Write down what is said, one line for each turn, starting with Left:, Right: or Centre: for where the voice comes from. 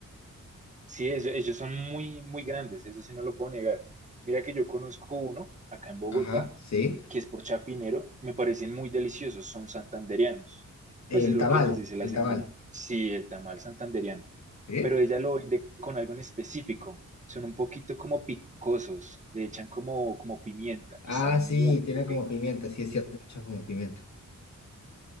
Right: Sí, ellos, ellos son muy, muy grandes, eso sí no lo puedo negar. Mira que yo conozco uno acá en Bogotá,
Left: Ajá, sí.
Right: que es por Chapinero, me parecen muy deliciosos, son santandereanos. Pues
Left: El
Right: es lo
Left: tamal,
Right: que nos dice la
Left: el
Right: señora.
Left: tamal.
Right: Sí, el tamal santandereano,
Left: ¿Sí?
Right: pero ella lo vende con algo en específico. Son un poquito como picosos, le echan como, como pimienta
Left: Ah,
Right: y saben
Left: sí,
Right: muy
Left: tiene como
Right: rico.
Left: pimienta, sí es cierto, echa como pimienta.